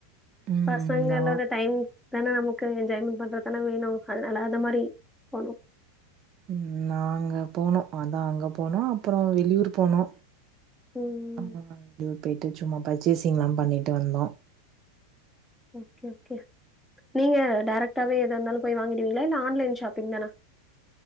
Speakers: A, on the right; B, in the centre.
A: ம்
B: பசங்களோட
A: நா
B: டைம் அதானா நமக்கு என்ஜாய்மென்ட் பண்றதுதான வேணு அதனால அந்த மாதிரி போனோ
A: உம் நாங்க போனோ அதா அங்க போனோ அப்றோ வெளியூர் போனோ
B: ம்.
A: ஆ <unintelligible> போய்ட்டு சும்மா பர்சேசிங் எல்லாம் பண்ணிட்டு வந்தோம்
B: ஓகே ஒகே நீங்க கரெக்ட் ஏதா இருந்தாலும் போய் வாங்கிடுவீங்களா இல்ல ஆன்லைன் ஷாப்பிங் தானா